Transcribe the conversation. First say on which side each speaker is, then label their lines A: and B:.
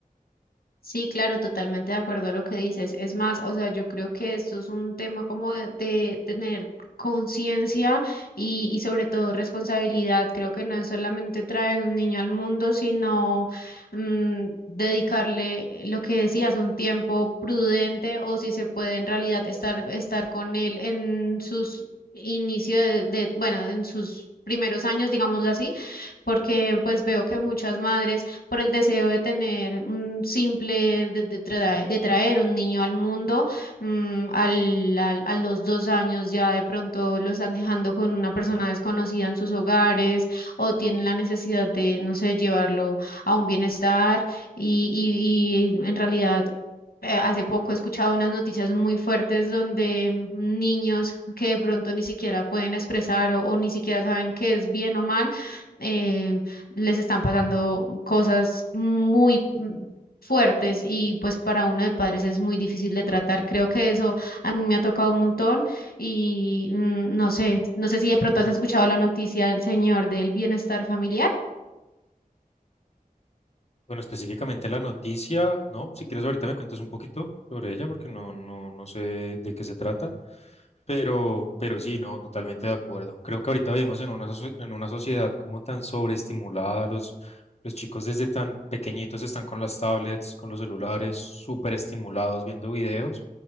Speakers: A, on the left (about 85°); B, on the left (about 45°).
A: Sí, claro, totalmente de acuerdo a lo que dices. Es más, o sea, yo creo que esto es un tema como de, de tener conciencia y, y sobre todo responsabilidad. Creo que no es solamente traer un niño al mundo, sino mm, dedicarle eh, lo que decías, un tiempo prudente o si se puede en realidad estar, estar con él en sus inicios de, de- bueno, en sus primeros años, digámoslo así, porque pues veo que muchas madres por el deseo de tener un simple, de, de traer, de traer un niño al mundo, mm, al- al- a los dos años ya de pronto lo están dejando con una persona desconocida en sus hogares o tienen la necesidad de, no sé, llevarlo a un bienestar y, y y en realidad eh, Hace poco he escuchado unas noticias muy fuertes donde niños que de pronto ni siquiera pueden expresar o, o ni siquiera saben qué es bien o mal, eh, les están pasando cosas muy mm, fuertes y pues para uno de padres es muy difícil de tratar. Creo que eso a mí me ha tocado un montón y mm, no sé, no sé si de pronto has escuchado la noticia del señor del bienestar familiar.
B: Bueno, específicamente la noticia, ¿no? Si quieres ahorita me cuentas un poquito sobre ella porque no, no, no sé de qué se trata. Pero, pero sí, no, totalmente de acuerdo. Creo que ahorita vivimos en una, socie- en una sociedad como tan sobreestimulada, los, los chicos desde tan pequeñitos están con las tablets, con los celulares, súper estimulados viendo videos